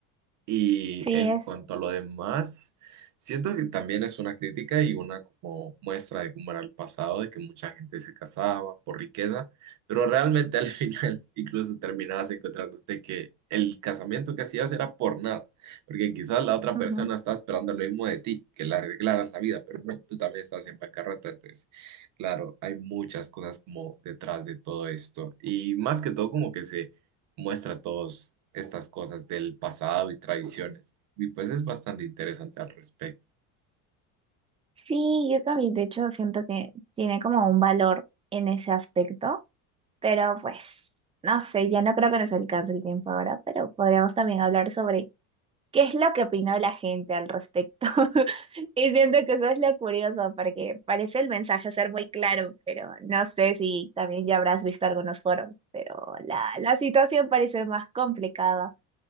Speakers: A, on the right; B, on the right.
A: Y
B: Sí,
A: en
B: es.
A: cuanto a lo demás, siento que también es una crítica y una como muestra de cómo era el pasado, de que mucha gente se casaba por riqueza, pero realmente al <laughs> final incluso terminabas encontrándote que el casamiento que hacías era por nada, porque quizás la otra persona
B: ujú.
A: estaba esperando lo mismo de ti, que le arreglaras la vida, pero no, tú también estás en bancarrota, entonces, claro, hay muchas cosas como detrás de todo esto y más que todo como que se muestra todas estas cosas del pasado y tradiciones. Y pues es bastante interesante al respecto.
B: Sí, yo también, de hecho, siento que tiene como un valor en ese aspecto, pero pues, no sé, ya no creo que nos alcance el tiempo ahora, pero podríamos también hablar sobre qué es lo que opinó la gente al respecto. <laughs> Y siento que eso es lo curioso, porque parece el mensaje ser muy claro, pero no sé si también ya habrás visto algunos foros, pero la, la situación parece más complicada.